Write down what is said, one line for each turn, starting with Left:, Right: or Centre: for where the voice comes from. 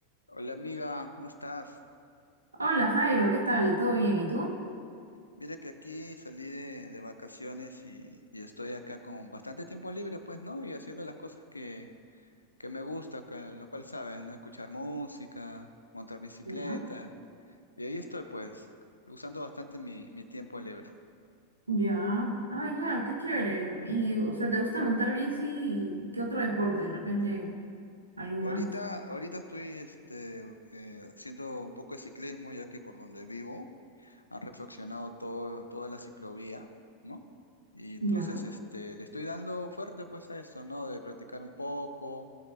Left: Hola amiga, ¿cómo estás?
Right: Hola Jairo, ¿qué tal? ¿Todo bien? ¿Y tú?
Left: Mira que aquí salí de, de vacaciones y, y estoy acá con bastante tiempo libre, pues, ¿no? Y haciendo las cosas que, que me gusta, que, lo cual sabes, ¿no? Escuchar música, montar bicicleta.
Right: Ya.
Left: Y ahí estoy, pues, usando bastante mi, mi tiempo libre.
Right: Ya, ah, ya, qué chévere. Y, o sea, ¿te gusta montar bici y qué otro deporte? De repente, algo
Left: Ahorita,
Right: más.
Left: ahorita estoy este, eh, haciendo un poco de ciclismo, ya que por donde vivo. han reflexionado todo, toda la ciclovía, ¿no? Y entonces
Right: Ya,
Left: este, le estoy dando fuerte pues a eso, ¿no? De practicar un poco